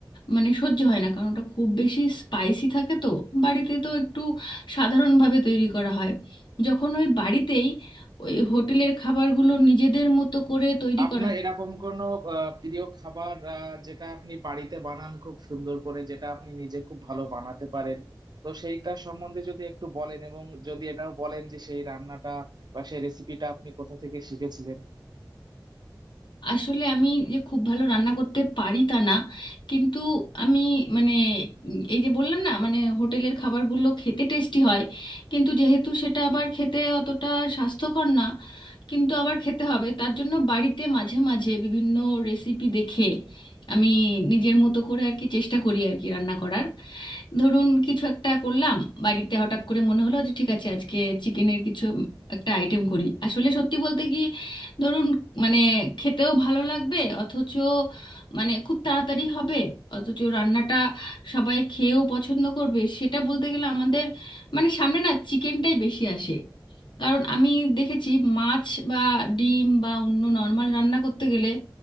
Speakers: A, on the left; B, on the right.
A: মানে সহ্য হয় না কারণ ওটা খুব বেশি স্পাইসি থাকে তো বাড়িতে তো একটু সাধারণভাবে তৈরি করা হয় যখন ওই বাড়িতেই ওই হোটেলের খাবারগুলো নিজেদের মতো করে তৈরি
B: আপনার
A: করা
B: এরকম কোনো আহ, প্রিয় খাবার আহ, যেটা আপনি বাড়িতে বানান খুব সুন্দর করে যেটা আপনি নিজে খুব ভালো বানাতে পারেন তো সেইটা সম্বন্ধে যদি একটু বলেন এবং যদি এটাও বলেন যে সেই রান্নাটা বা সেই রেসিপিটা আপনি কোথা থেকে শিখেছিলেন
A: আসলে আমি যে খুব ভালো রান্না করতে পারি তা না কিন্তু আমি মানে উম, এই যে বললাম না মানে হোটেলের খাবারগুলো খেতে টেস্টি হয় কিন্তু যেহেতু সেটা আবার খেতে অতটা স্বাস্থ্যকর না কিন্তু আবার খেতে হবে তার জন্য বাড়িতে মাঝে মাঝে বিভিন্ন রেসিপি দেখে আমি নিজের মতো করে আর কি চেষ্টা করি আর কি রান্না করার ধরুন কিছু একটা করলাম বাড়িতে হঠাৎ করে মনে হলো যে ঠিক আছে আজকে চিকেনের কিছু একটা আইটেম করি আসলে সত্যি বলতে কি ধরুন মানে খেতেও ভালো লাগবে অথচ মানে খুব তাড়াতাড়ি হবে অথচ রান্নাটা সবাই খেয়েও পছন্দ করবে সেটা বলতে গেলে আমাদের মানে সামনে না চিকেনটাই বেশি আসে কারণ আমি দেখেছি মাছ বা ডিম বা অন্য নর্মাল রান্না করতে গেলে